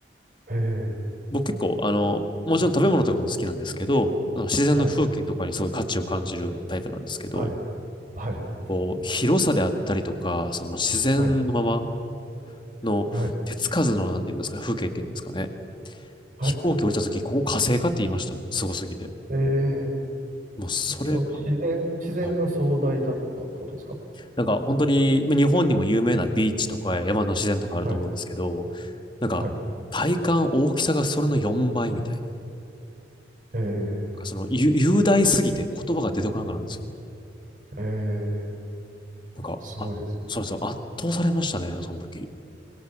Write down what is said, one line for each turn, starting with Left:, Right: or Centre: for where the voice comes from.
Right: へえ。
Left: 僕結構、あの、もちろん食べ物とかも好きなんですけど、
Right: はい
Left: あの自然の風景とかにすごい価値を感じるタイプなんですけど、
Right: はい、はい、はい、
Left: こう、広さであったりとか、その自然のまま
Right: はい、
Left: の手つかずの、
Right: はい、
Left: なんていうんですかね、風景っていうんですかね。
Right: はい。
Left: 飛行機降りた時、ここ火星かって言いましたもん。すごすぎて。
Right: ええ
Left: もうそれが、
Right: そその自然、自然が壮大だったってことですか
Left: はい。なんか本当に、まあ日本にも有名なビーチとか山の自然とかあると思うんですけど、
Right: はい、
Left: なんか体感大きさがそれの4倍みたいな。
Right: はい。ええ
Left: なんかそのゆ雄大すぎて言葉が出てこなくなるんですよ。
Right: ええ
Left: なんか、
Right: すごいですね。
Left: あ、そうですよ。圧倒されましたね、その時。